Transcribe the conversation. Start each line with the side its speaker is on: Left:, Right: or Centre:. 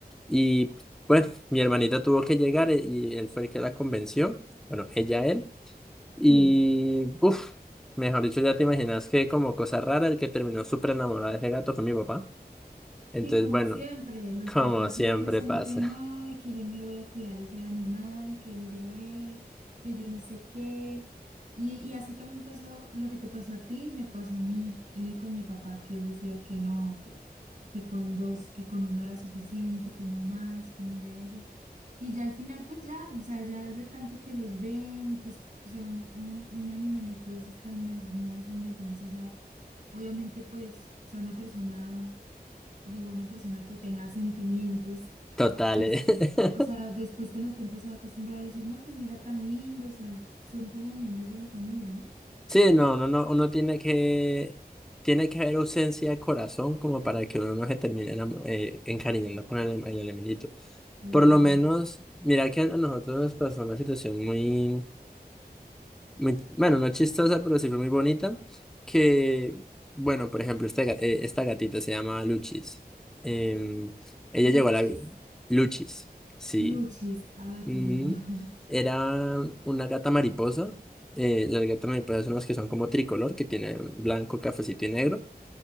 Centre: Y bueno, mi hermanita tuvo que llegar eh, y él fue el que la convenció. Bueno, ella, él. Y,
Right: Sí.
Centre: uff, mejor dicho, ya te imaginas que como cosa rara, el que terminó súper enamorado de ese gato fue mi papá. Entonces,
Right: Sí, como
Centre: bueno,
Right: siempre, los
Centre: <laughs> como
Right: papás
Centre: siempre
Right: siempre son
Centre: pasa.
Right: que no, y que yo no le voy a cuidar ese animal, que mire a ver, que yo no sé qué. Y, y así también pasó lo que te pasó a ti, me pasó a mí eh, con mi papá, que él decía que no, que, que con dos, que con uno era suficiente, que no más, que mire eso. Y ya al final, pues ya, o sea, ya de tanto que los ven y pues, o sea, un, un, an- un animalito de esos tan hermoso, indefenso, ya, obviamente, pues, o sea, una persona digo, una persona que tenga sentimientos,
Centre: Total.
Right: pues,
Centre: eh. <laughs>
Right: o sea, después con el tiempo se va a acostumbrar a decir, no, pues mira, tan lindo, o sea, son como miembros de la familia, ¿no?
Centre: Sí, no, no, no, uno tiene que, tiene que haber ausencia de corazón como para que uno no se termine enamo- eh, encariñando con el, el animalito.
Right: Claro.
Centre: Por lo menos, mira que a nosotros nos pasó una situación muy... muy- bueno, no chistosa, pero sí fue muy bonita, que, bueno, por ejemplo, esta, ga- eh, esta gatita se llama Luchis. Em, ella
Right: ¿Luchis?
Centre: llegó a la... vi- Luchis, sí.
Right: Luchis, ay,
Centre: Mm,
Right: qué lindo. <laughs>
Centre: era una gata mariposa. eh, las gatas mariposas son las que son como tricolor, que tiene blanco, cafecito y negro.